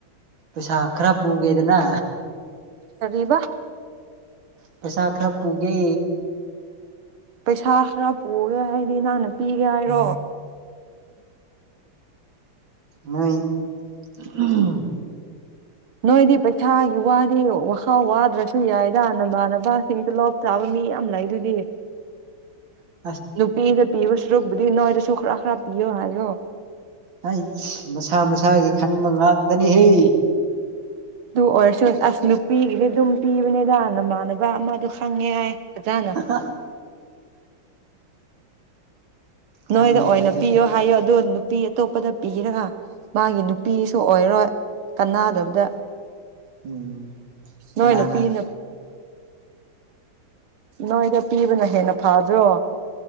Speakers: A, on the right; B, on the right.
A: ꯄꯩꯁꯥ ꯈꯔ ꯄꯨꯒꯦꯗꯅ?
B: ꯀꯔꯤꯕ?
A: ꯄꯩꯁꯥ ꯈꯔ ꯄꯨꯒꯦ?
B: ꯄꯩꯁꯥ ꯈꯔ ꯄꯨꯒꯦ ꯍꯥꯏꯗꯤ ꯅꯪꯅ ꯄꯤꯒꯦ ꯍꯥꯏꯔꯣ?
A: ꯅꯣꯏ ꯑꯝ꯫
B: ꯅꯣꯏꯗꯤ ꯄꯩꯁꯥꯒꯤ ꯋꯥꯗꯤ ꯋꯥꯈꯥꯎ ꯋꯥꯗ꯭ꯔꯁꯨ ꯌꯥꯏꯗ ꯅꯃꯥꯟꯅꯕꯁꯤꯡ ꯇꯣꯂꯣꯞ ꯆꯥꯕ ꯃꯤ ꯌꯥꯝ ꯂꯩꯗꯨꯗꯤ꯫
A: ꯍ
B: ꯅꯨꯄꯤꯗ ꯄꯤꯕ ꯁꯔꯨꯛꯕꯨꯗꯤ ꯅꯣꯏꯗꯁꯨ ꯈꯔ ꯈꯔ ꯄꯤꯌꯣ ꯍꯥꯏꯌꯣ꯫
A: ꯍꯩꯁ ꯃꯁꯥ-ꯃꯁꯥꯒꯤ ꯈꯟꯕ ꯉꯥꯛꯇꯅꯤꯍꯦ꯫
B: ꯑꯗꯨ ꯑꯣꯏꯔꯁꯨ ꯑꯁ ꯅꯨꯄꯤꯒꯤꯗꯤ ꯑꯗꯨꯝ ꯄꯤꯕꯅꯤꯗ ꯅꯃꯥꯟꯅꯕ ꯑꯃꯗꯣ ꯈꯪꯉꯦ ꯍꯥꯏ꯫ <unintelligible>
A: <inaudible> ꯈꯪꯗꯦꯗ
B: ꯅꯣꯏꯗ ꯑꯣꯏꯅ
A: ꯑꯗꯨꯗꯤ
B: ꯄꯤꯌꯣ ꯍꯥꯏꯌꯣ ꯑꯗꯨ ꯅꯨꯞ ꯅꯨꯄꯤ ꯑꯇꯣꯞꯄꯗ ꯄꯤꯔꯒ ꯃꯥꯒꯤ ꯅꯨꯄꯤꯁꯨ ꯑꯣꯏꯔꯣꯏ ꯀꯅꯥꯗꯕꯗ꯫
A: ꯎꯝ
B: ꯅꯣꯏꯅ
A: ꯀꯅꯥꯅ?
B: ꯄꯤꯅ ꯅꯣꯏꯗ ꯄꯤꯕꯅ ꯍꯦꯟꯅ ꯐꯕ꯭ꯔꯣ꯫